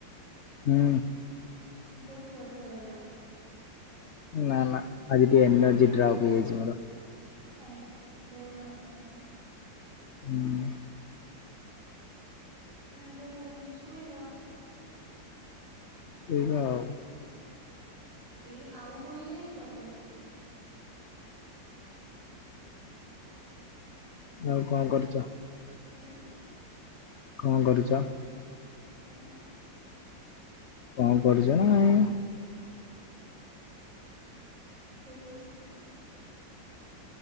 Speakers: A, on the left; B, on the right.
A: ହୁଁ।
B: ମୁଁ କହିଲି କୁଆଡ଼େ ପଳେଇଲ?
A: ନାଁ ନାଁ ଆଜିି ଟିକେ ଏନର୍ଜି ଡ୍ରପ୍ ହେଇଯାଇଚି ମୋର।
B: କାଇଁକି ଦେହ ଖରାପ ପାଇଁ।
A: ହୁଁ।
B: ତାହେଲେ ଶୋଇଯାଅ।
A: ଶୋଇବା ଆଉ।
B: ଏଇ ଆଉ କହିଲେ ପ୍ରୋବ୍ଲେମ୍।
A: ଆଉ କଁ କରୁଚ?
B: ଉଁ?
A: କଁ କରୁଚ?
B: ଉଁ?
A: କଁ କରୁଚ ନାଁ ଏଁ।
B: ଶୋଇଛି ପା।